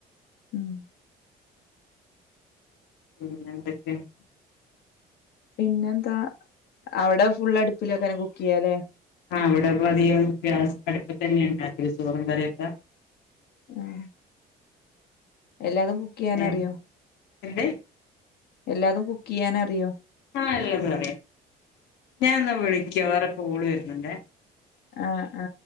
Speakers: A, on the left; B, on the left.
A: ഉം
B: പിന്നെന്തൊക്കേ ണ്
A: പിന്നെന്താ അവിടെ ഫുള്ളടുപ്പിലൊക്കെനെ കുക്ക് ചെയ്യാലേ
B: ആഹ അവിടെപ്പ അധികം ഗ്യാസടുപ്പ് തന്നെയ ഉണ്ടക്കൽ ചോറും കറിയൊക്കെ
A: ആഹ എല്ലാതും കുക്ക്യ്യാനറിയോ
B: ഏഹ് എന്ത്
A: എല്ലാതും കുക്ക്യ്യാനറിയോ?
B: ആഹ എല്ലതറിയാ ഞാനെന്നാ വിളിക്ക വേറെ കോള് വരുന്നുണ്ടെ
A: ആഹ ആഹ